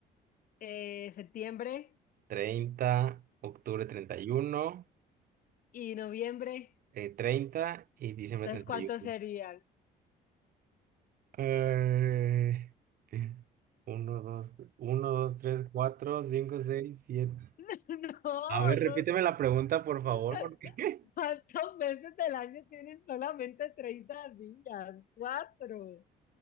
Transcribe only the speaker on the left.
Eh, septiembre
y noviembre.
Entonces,
¿cuántos serían?
<laughs> No,
no,
¿Cuántos meses del año tienen solamente 30 días? Cuatro.